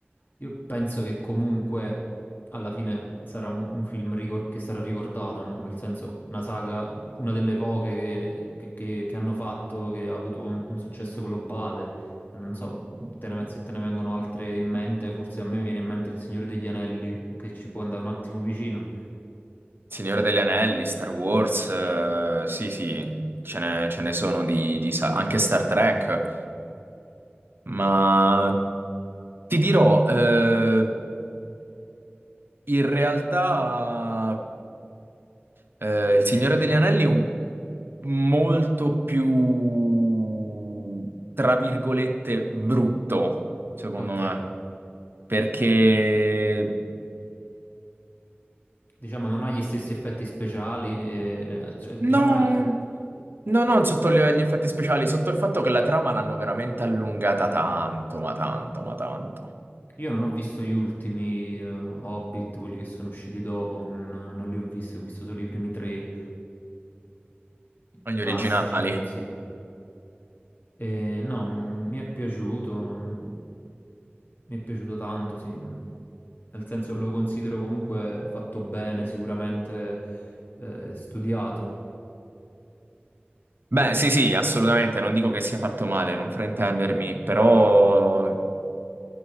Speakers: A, on the left; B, on the right.
A: io penso che comunque alla fine sarà un, un film ricor- che sarà ricordato, no? Nel senso una saga, una delle poche che, che- che- che hanno fatto, che ha avuto un, un successo globale. Non so te ne- se te ne vengono altre in mente, forse a me viene in mente Il Signore degli Anelli, che ci può andare un attimo vicino.
B: Signore degli Anelli, Star Wars, eh, sì, sì, ce ne, ce ne sono di, di sa- anche Star Trek, ma ti dirò, eh, in realtà Eh, Il Signore degli Anelli è un molto più, tra virgolette, brutto, secondo
A: Ok,
B: me, perché
A: diciamo non ha gli stessi effetti speciali, e, eh, cioè, diciamo
B: no,
A: è, Mm.
B: no, non sotto gli gli effetti speciali, sotto il fatto che la trama l'hanno veramente allungata tanto, ma tanto, ma tanto.
A: Io non ho visto gli ultimi eh, Hobbit, quelli che sono usciti dopo, non, non li ho visti, ho visto solo i primi tre, eh, i
B: Gli
A: classici,
B: originali.
A: sì. E, no, m- mi è piaciuto, m- mi è piaciuto tanto, sì. Nel senso lo considero comunque fatto bene, sicuramente eh, studiato.
B: Beh, sì, sì, assolutamente, non dico che sia fatto male, non fraintendermi, però